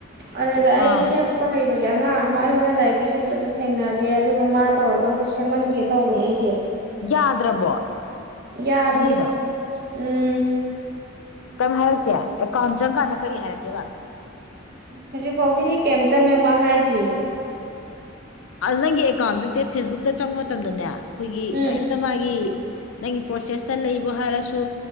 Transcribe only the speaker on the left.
ꯑꯥ
ꯌꯥꯗ꯭ꯔꯕꯣ
ꯅꯪꯒꯤꯗꯣ
ꯀꯔꯤꯝ ꯍꯥꯏꯔꯛꯇꯦ ꯑꯦꯀꯥꯎꯟ ꯆꯪꯀꯥꯟꯗ ꯀꯔꯤ ꯍꯥꯏꯔꯛꯀꯦꯕ
ꯅꯪꯒꯤ ꯑꯦꯀꯥꯎꯟ ꯅꯠꯇꯦ ꯐꯦꯁꯕꯨꯛꯇ ꯆꯪꯕ ꯃꯇꯝꯗꯅꯦ ꯑꯩꯈꯣꯏꯒꯤ
ꯀꯔꯤꯝꯇ ꯃꯥꯒꯤ ꯅꯪꯒꯤ ꯄ꯭ꯔꯣꯁꯦꯁꯇ ꯂꯩꯕꯣ ꯍꯥꯏꯔꯁꯨ